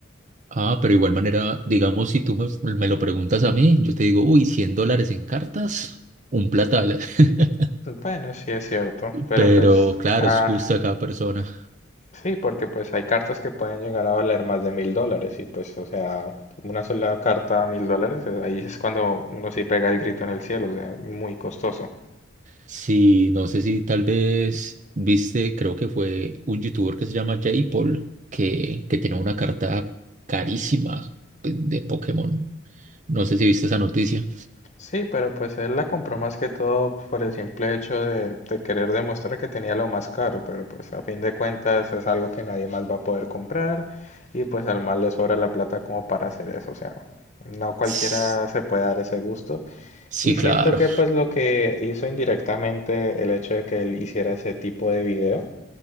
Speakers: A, on the right (about 40°); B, on the left (about 35°).
A: Ah, pero igual manera, digamos, si tú me, me lo preguntas a mí, yo te digo, uy, 100 dólares en cartas, un platal. <laughs>
B: Bueno, sí es cierto, pero
A: Pero
B: pues,
A: claro,
B: ah,
A: es justo a cada persona.
B: sí, porque pues hay cartas que pueden llegar a valer más de mil dólares y pues, o sea, una sola carta a mil dólares, eh, ahí es cuando uno sí pega el grito en el cielo, o sea, muy costoso.
A: Sí, no sé si tal vez viste, creo que fue un youtuber que se llama Jay Paul, que, que tenía una carta carísima pues, de Pokémon. No sé si viste esa noticia.
B: Sí, pero pues él la compró más que todo por el simple hecho de, de querer demostrar que tenía lo más caro, pero pues a fin de cuentas es algo que nadie más va a poder comprar y pues al mal le sobra la plata como para hacer eso, o sea, no cualquiera
A: S-
B: se puede dar ese gusto
A: Sí,
B: y siento
A: claro.
B: que pues lo que hizo indirectamente el hecho de que él hiciera ese tipo de video